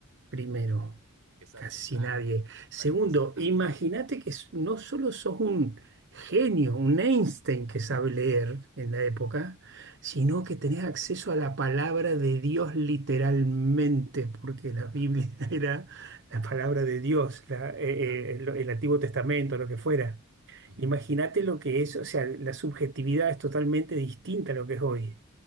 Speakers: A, on the right; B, on the right.
A: primero?
B: Exacto,
A: Casi
B: claro,
A: nadie. Segundo,
B: para empezar, ajá,
A: imagínate que s- no solo sos un genio, un Einstein que sabe leer en la época,
B: ujú,
A: sino que tenés acceso a la palabra de Dios literalmente, porque la Biblia
B: ajá,
A: <laughs> era la palabra de Dios, la- eh,
B: claro,
A: eh, lo-
B: claro,
A: el Antiguo Testamento, lo que fuera.
B: ujú,
A: Imagínate lo que es, o sea, la subjetividad es totalmente distinta a lo que es hoy.